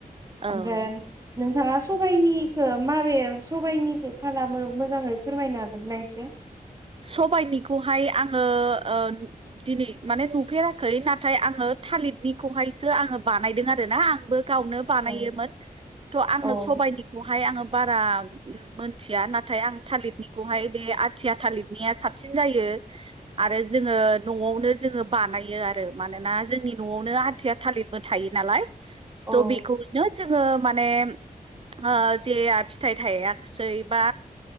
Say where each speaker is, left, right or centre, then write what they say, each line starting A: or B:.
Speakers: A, on the right (about 40°); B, on the right (about 25°).
A: औ
B: ओमफ्राय नोंथाङा सबाइनिखौ माबे सबाइनिखौ खालामो मोजाङै फोरमायनो हागोनना एसे
A: सबायाइनिखौहाय आङो ओ दिनै माने नुफेराखै नाथाय आङो थालिरनिखौहायसो आङो बानायदों आरोना आंबो गावनो बानायोमोन
B: औ
A: थ आङो
B: औ
A: सबायनिखौहाय आंङो बारा मोनथिया नाथाय आं थालिरनिखौहाय बे आथिया थालिर निया साबसिन जायो आरो जोङो न'आवनो जोङो बानायो आरो मानोना जोंनि न'आवनो आथिया थालिरबो थायो नालाय
B: औ
A: बेखौनो जोङो माने <inaudible> ओ जेया फिथाइ थायाखिसै बा